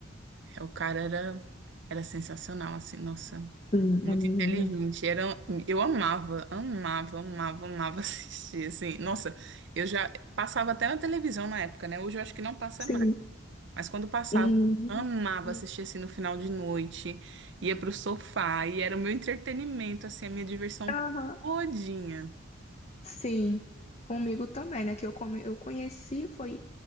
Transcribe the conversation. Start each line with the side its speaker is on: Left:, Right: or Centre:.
Right: É, O cara era, era sensacional, assim, nossa,
Left: Hum,
Right: muito
Left: a menina.
Right: inteligente. Era, um, eu amava, amava, amava, amava <laughs> assistir, assim. Nossa, eu já passava até na televisão na época, né? Hoje eu acho que não passa
Left: Sim.
Right: mais. Mas quando passava,
Left: Hum,
Right: eu amava
Left: sim.
Right: assistir, assim, no final de noite. Ia pro sofá e era o meu entretenimento, assim, a minha diversão
Left: Aham.
Right: todinha.
Left: Sim. Comigo também, né? Que eu, come... eu conheci foi